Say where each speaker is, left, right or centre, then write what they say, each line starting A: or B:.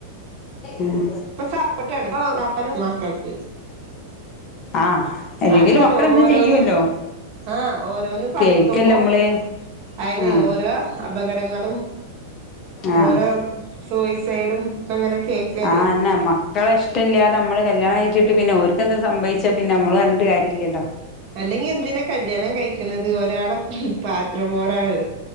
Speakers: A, on the left; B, on the right.
A: ഉമ്
B: ഇപ്പ സപ്പോർട്ട് ആണ് വാപ്പര് മക്കൾക്ക്
A: ആഹ് അല്ലെങ്കിലും
B: അതെന്താറിയോ
A: മക്കളെന്തും
B: ഓരോന്നും
A: ചെയ്യുവല്ലോ
B: ആഹ് ഓരോന്നും പഠിക്കുമ്പോ
A: കേക്കല്ലേ നമ്മള്
B: അയിന്
A: ആഹ്
B: ഓരോ അപകടങ്ങളും
A: ആഹ്
B: ഓരോ സൂയിസൈഡും ഒക്കെ ഇങ്ങനെ കേക്കല്ലേ
A: ആഹ് അയിനമ്മ ക്കളെ ഇഷ്ടല്ലതെ നമ്മള് കല്യാണം കഴച്ചിട്ട് പിന്നെയോർക്കെന്തേ സംഭവിച്ചാ പിന്ന നമ്മള് പറഞ്ഞിട്ട് കാര്യയില്ലലോ
B: അല്ലെങ്കി എന്തിനാ കല്യാണം കഴിക്കണത് ഒരാളെ ഹും പാത്രം മോറാനോ